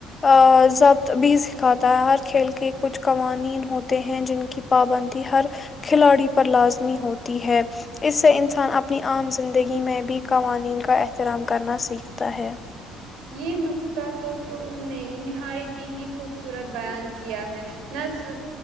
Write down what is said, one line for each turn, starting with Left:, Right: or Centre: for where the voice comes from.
Left: آضبط بھی سکھاتا ہے ہر کھیل کے کچھ قوانین ہوتے ہیں جن کی پابندی ہر کھلاڑی پر لازمی ہوتی ہے اس سے انسان اپنی عام زندگی میں بھی قوانین کا احترام کرنا سیکھتا ہے
Right: یہ نکتہ تو تم نے نہایت ہی خوبصورت بیان کیا ہے نزم